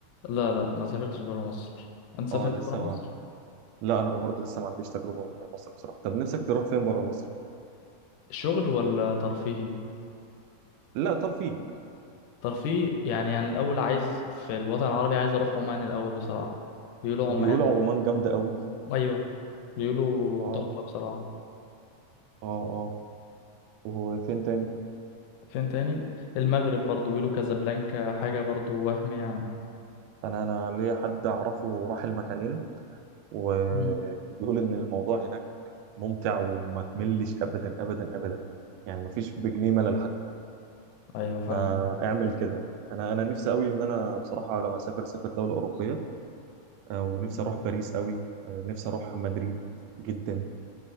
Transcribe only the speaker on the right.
اه لسه
ما لا انا برضو لسه ما عنديش تجربه بره مصر بصراحه طب نفسك تروح فين بره مصر
لا ترفيه
بيقولوا
عمان جامده قوي
اه
اه اه وفين تاني
انا انا ليا حد اعرفه راح المكانين وبيقول
ان الموضوع هناك ممتع وما تملش ابدا ابدا ابدا يعني مفيش بجنيه ملل
فاعمل كده انا انا نفسي قوي ان انا بصراحه لو هسافر اسافر دوله اوروبيه آه، ونفسي
اروح باريس قوي آه، نفسي اروح مدريد جدا